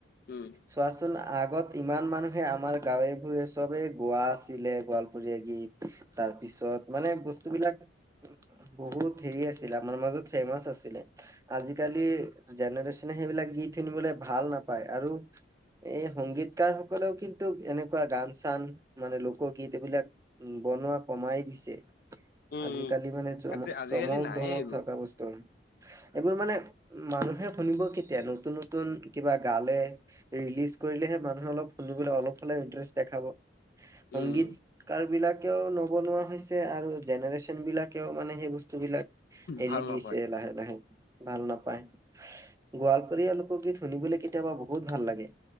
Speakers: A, on the left; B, on the right.
A: উম,
B: চোৱাচোন আগত ইমান মানুহে আমাৰ গাঁৱে ভোঞে চবে গোৱা আছিলে গোৱালপুৰীয়া গীত ত তাৰপিছত মানে বস্তুবিলাক বহুত হেৰি আছিল আমাৰ মাজত ফেমাচ আছিলে আজিকালি জেনেৰে্যনে সেইবিলাক গীত শুনিবলৈ ভাল নাপায় আৰু এই সংগীতকাৰ সকলেও কিন্তু এনেকুৱা গান চান মানে লোকগীত এইবিলাক উম! বনোৱা কমাই দিছে
A: উম,
B: আজিকালি
A: উম,
B: মানে জমক
A: আজি আজিকালি
B: চমক
A: নাইয়ে
B: ধমক
A: এইবোৰ
B: থকা বস্তু। এইবোৰ মানে মানুহে শুনিব কেতিয়া নতুন নতুন কিবা গালে। ৰিলিজ কৰিলেহে মানুহে অলপ শুনি বলে অলপ হ'লেও ইটাৰেষ্ট দেখাব। সংগীতকাৰ
A: উম,
B: বিলাক নবনোৱা হৈছে আৰু জেনেৰেচন বিলাকেও মানে সেই বসু বস্তু বিলাক এৰি
A: ভাল
B: দিছে
A: নাপায়
B: লাহে লাহে ভাল নাপ নাপায়, গোৱালপৰীয়া লোকগীত শুনিবলৈ কেতিয়াবা বহুত ভাল লাগে।